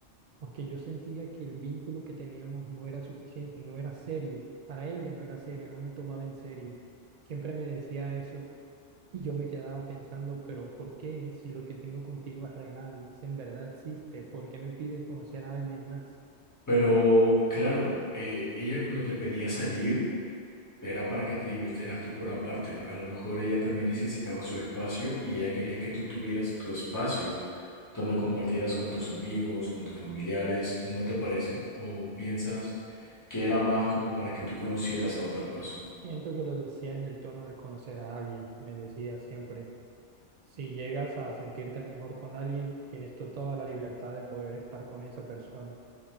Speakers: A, on the right; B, on the left.
A: porque yo sentía que el vínculo que teníamos no era suficiente, no era serio, para ella no era serio, no me tomaba en serio. Siempre me decía eso. Y yo me quedaba pensando, pero ¿por qué? Si lo que tengo contigo es real, si en verdad existe, ¿por qué me pides conocer a alguien más?
B: Pero claro, eh, ella cuando te pedía salir era para que te divirtieras tú por aparte. A lo mejor ella también necesitaba su espacio y ella quería que tú tuvieras tu espacio donde compartieras con tus amigos, con tus familiares, ¿no te parece? ¿O piensas que era más como para que tú conocieras a otra persona?
A: Siento que lo decía en el tono de conocer a alguien. Me decía siempre, si llegas a sentirte mejor con alguien, tienes tú toda la libertad de poder estar con esa persona.